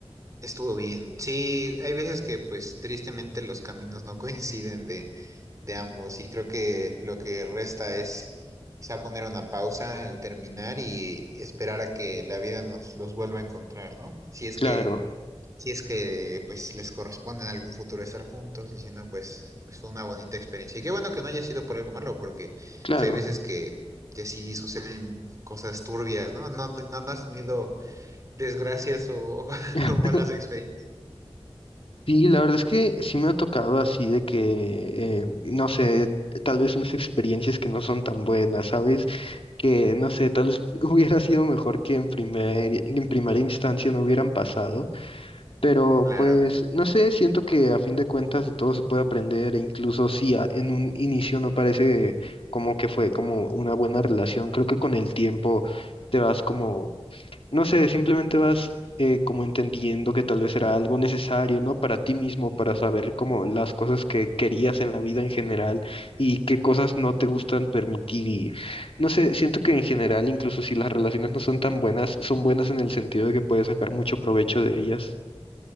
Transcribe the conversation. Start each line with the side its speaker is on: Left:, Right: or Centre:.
Right: Estuvo bien. Sí, hay veces que pues tristemente los caminos no <laughs> coinciden de, de ambos y creo que lo que resta es quizá poner una pausa al terminar y esperar a que la vida nos los vuelva a encontrar, ¿no? Si es
Left: Claro,
Right: que si es que pues les corresponde en algún futuro estar juntos y si no, pues, pues fue una bonita experiencia. Y qué bueno que no haya sido por algo malo, porque pues,
Left: claro.
Right: hay veces que, que sí suceden cosas turbias, ¿no? No, no, no no has tenido desgracias o, <laughs>
Left: <laughs>
Right: o malas experiencias.
Left: Sí, la verdad es que sí me ha tocado así de que, eh, no sé, tal vez unas experiencias que no son tan buenas, ¿sabes? Que, no sé, tal vez <laughs> hubiera sido mejor que en primer, en primera instancia no hubieran pasado, pero
Right: Claro.
Left: pues, no sé, siento que a fin de cuentas de todo se puede aprender e incluso si a- en un inicio no parece como que fue como una buena relación, creo que con el tiempo te vas como... No sé, simplemente vas eh, como entendiendo que tal vez era algo necesario, ¿no? Para ti mismo, para saber como las cosas que querías en la vida en general y qué cosas no te gustan permitir y no sé, siento que en general, incluso si las relaciones no son tan buenas, son buenas en el sentido de que puedes sacar mucho provecho de ellas.